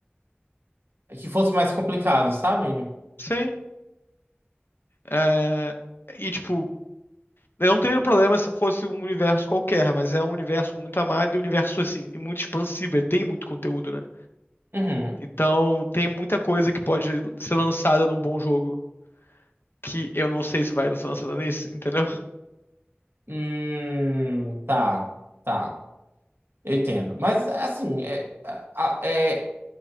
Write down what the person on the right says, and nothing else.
Que fosse mais complicado, sabe?
Uhum.
Hum, tá, tá. Eu entendo. Mas, assim, é, a- é,